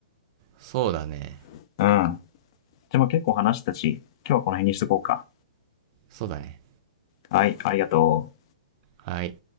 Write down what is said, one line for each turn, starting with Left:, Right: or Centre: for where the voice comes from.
Right: そうだね。
Left: うん。じゃあまあ結構話したし、今日はこの辺にしとこうか。
Right: そうだね。
Left: はい、ありがとう。
Right: はい。